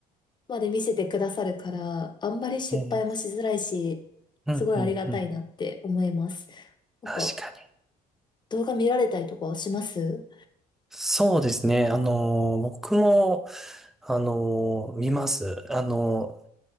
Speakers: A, on the left; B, in the centre.
A: まで見せてくださるから、あんまり失敗もしづらいし、
B: ええうん、
A: すごいありがたいなって思います。
B: うん、うん。
A: なんか、
B: 確かに。
A: 動画見られたりとかします
B: そうですね。あの、僕も、あの、見ます。あの、